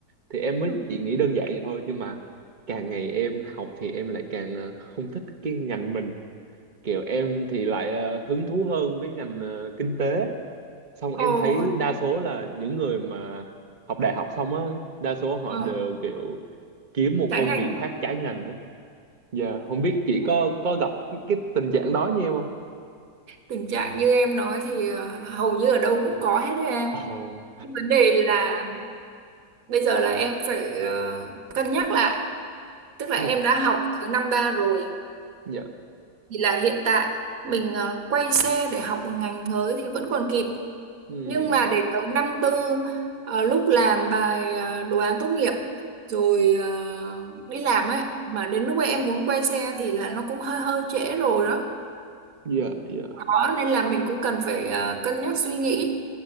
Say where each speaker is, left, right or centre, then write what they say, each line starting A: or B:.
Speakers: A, on the right; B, on the right.
A: thì em mới
B: Ừ.
A: chỉ nghĩ đơn giản vậy thôi nhưng mà càng ngày em học thì em lại càng ờ, không thích cái ngành mình kiểu em thì lại ờ, hứng thú hơn với ngành ờ, kinh tế xong
B: Ồ,
A: em thấy đa số là những người mà học đại học xong á đa số họ
B: Ờ,
A: đều kiểu kiếm một
B: tránh
A: công
B: ảnh
A: việc
B: hưởng.
A: khác trái ngành á dạ không biết chị
B: Ừ.
A: có có gặp cái, cái tình trạng đó như em không
B: Tình trạng như em nói thì ờ, hầu như ở đâu cũng có hết đấy em.
A: Ồ,
B: Nhưng vấn đề là bây giờ là em phải ờ, cân nhắc lại. Tức là
A: ừ
B: em đã học tới năm ba rồi
A: dạ
B: thì là hiện tại mình ờ, quay xe để học một ngành mới thì vẫn còn kịp.
A: ừ
B: Nhưng mà để tới năm tư ờ, lúc làm bài ờ, đồ án tốt nghiệp rồi ờ, đi làm ấy mà đến lúc ấy em muốn quay xe thì là nó cũng hơi hơi trễ rồi đó.
A: dạ, dạ,
B: rõ nên là mình cũng cần phải ờ, cân nhắc suy nghĩ